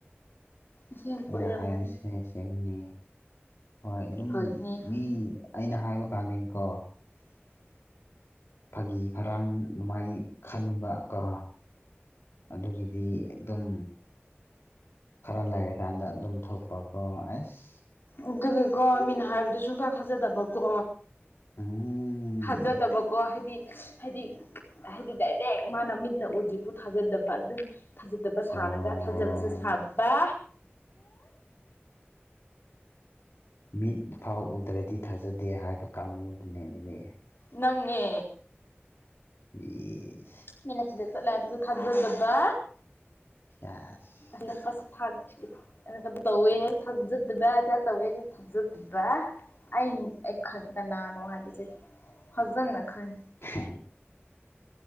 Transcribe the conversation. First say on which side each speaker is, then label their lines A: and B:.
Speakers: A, on the left; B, on the left.
A: ꯑꯁꯦꯡꯕ
B: ꯑꯩꯅ
A: ꯑꯣꯏꯔꯝꯒꯅꯤ
B: ꯍꯥꯏꯕꯁꯦ ꯁꯦꯡꯕꯅꯤ ꯍꯣꯏ ꯑꯗꯨꯝ
A: ꯍꯣꯏꯅꯦ ꯍꯣꯏ
B: ꯃꯤ ꯑꯩꯅ ꯍꯥꯏꯕ ꯀꯥꯟꯗꯀꯣ ꯐꯥꯒꯤ ꯐꯔꯥꯡ ꯑꯗꯨꯃꯥꯏꯅ ꯈꯟꯕ ꯀꯣ ꯑꯗꯨꯗꯨꯗꯤ ꯑꯗꯨꯝ ꯈꯔ ꯂꯩꯔꯀꯥꯟꯗ ꯑꯗꯨꯝ ꯊꯣꯛꯄꯀꯣ ꯑꯁ
A: ꯑꯗꯨꯒꯤꯀꯣ ꯃꯤꯅ ꯍꯥꯏꯕꯗꯨ ꯁꯨꯡꯊꯥ ꯊꯥꯖꯗꯕꯀꯣ
B: ꯎꯝ
A: ꯊꯥꯖꯗꯕꯀꯣ ꯍꯥꯏꯗꯤ ꯍꯥꯏꯗꯤ ꯍꯥꯏꯗꯤ ꯗꯥꯏꯔꯦꯛ ꯃꯥꯅ ꯃꯤꯠꯅ ꯎꯗ꯭ꯔꯤꯄꯨ ꯊꯥꯖꯗꯕ ꯑꯗꯨꯝ ꯊꯥꯖꯗꯕ ꯁꯥꯔꯒ
B: ꯑꯥ
A: ꯊꯥꯖꯕꯁꯨ ꯁꯥꯕ
B: ꯃꯤꯠ ꯐꯥꯎ ꯎꯗ꯭ꯔꯗꯤ ꯊꯥꯖꯗꯦ ꯍꯥꯏꯕ ꯀꯥꯡꯕꯨꯗꯨꯅꯦ ꯑꯗꯨꯗꯤ
A: ꯅꯪꯅꯦ
B: ꯑ
A: ꯃꯤꯅ ꯁꯤꯗ ꯆꯠꯂꯦ ꯍꯥꯏꯕꯁꯨ ꯊꯥꯖꯗꯕ
B: ꯑ <unintelligible> <inaudible>
A: ꯁ ꯊꯥꯗ <inaudible> <unintelligible> ꯩꯅ ꯀ ꯑꯗꯨꯣ ꯇꯧꯋꯦ ꯍꯥꯏꯁꯦ ꯊꯥꯖꯗꯕ ꯇꯧꯋꯦ ꯍꯥꯏꯁꯦ ꯊꯥꯖꯗꯕ <inaudible> ꯑꯩ ꯑꯩ ꯈꯪ ꯀꯅꯥꯅꯣ ꯍꯥꯏꯕꯁꯦ ꯐꯖꯅ ꯈꯪꯉꯦ
B: ꯎ <unintelligible> <inaudible>